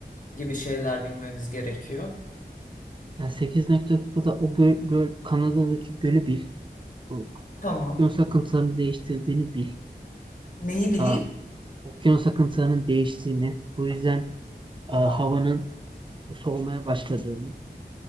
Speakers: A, on the left; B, on the right.
A: gibi şeyler bilmemiz gerekiyor.
B: yani 8.9'da o göl, göl, Kanada'daki gölü bil. O
A: Tamam.
B: Okyanus akıntılarını değiştirdiğini bil.
A: Neyi bileyim?
B: Aa, okyanus akıntılarının değiştiğini, bu yüzden aa,
A: Tamam.
B: havanın soğumaya başladığını,